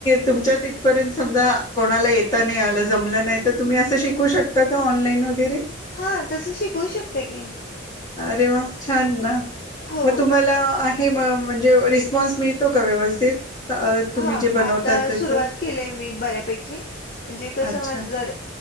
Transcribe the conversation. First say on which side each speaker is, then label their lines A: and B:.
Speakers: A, on the left; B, on the left.
A: तुमच्या तिथपर्यंत समजा कोणाला येता नाही आ जमलं नाही तर तुम्ही असं शिकू शकता का ऑनलाईन वगैरे
B: हा तसं शिकवू शकते की
A: अरे वा छान ना
B: हो
A: मग तुम्हाला आहे हे म्हणजे रिस्पॉन्स मिळतो का व्यवस्थित अ, तुम्ही
B: हा
A: जे बनवतात
B: आता
A: त्याच
B: सुरुवात केलीय मी बऱ्यापैकी म्हणजे क
A: अच्छा
B: समज जर